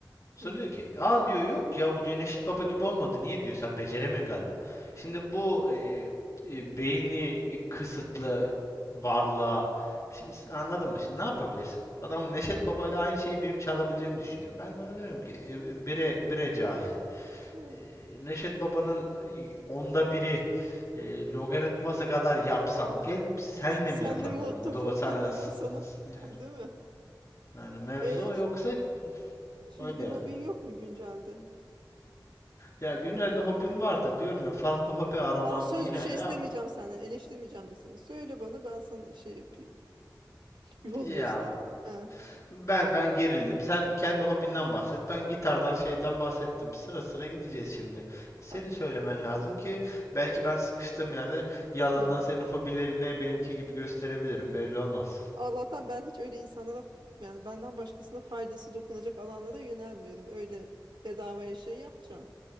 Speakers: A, on the left; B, on the right.
A: Sonra
B: hı.
A: diyor ki aa diyor yok ya bu diyor Neşet Baba gibi olmadı. Niye diyor sen beceremiyorsun galiba. Şimdi bu e, e, beyni kısıtlı varlığa şimdi sen anladın mı? Şimdi ne yapabilirsin? Adam Neşet Baba ile aynı şeyi benim çalabileceğimi düşünüyor. Ben de ona diyorum ki e, bire bire cahil.
B: Hı.
A: E,
B: <laughs>
A: Neşet Baba'nın e, onda biri e, logaritması kadar yapsam gelip senle
B: Sen
A: mi yaparım
B: de muhtafut
A: yani? Burada bu- sen
B: değil mi? Onu sana. <laughs>
A: yani,
B: Değil mi?
A: yani mevzu
B: E,
A: yoksa
B: ş- şimdi
A: öyle
B: bir
A: yani.
B: hobin yok mu güncelde?
A: Ya güncelde hobim vardı diyorum ya farklı hobi arama
B: Aa söz
A: yine
B: bir
A: ya
B: şey istemeyeceğim senden. Eleştirmeyeceğim de seni. Söyle bana ben sana şey yapayım. <laughs> Yol
A: ya
B: göstereyim. Ha,
A: ben ben gerildim. Sen kendi hobinden bahset. Ben gitardan şeyden bahsettim. Sıra sıra gideceğiz şimdi. Senin
B: ta-
A: söylemen lazım ki belki ben sıkıştığım yerde yalandan
B: hı.
A: senin hobilerini benimki gibi gösterebilirim. Belli olmaz.
B: Allah'tan ben hiç öyle insanlara yani benden başkasına faydası dokunacak alanlara yönelmiyorum. Öyle bedavaya şey yapacağım.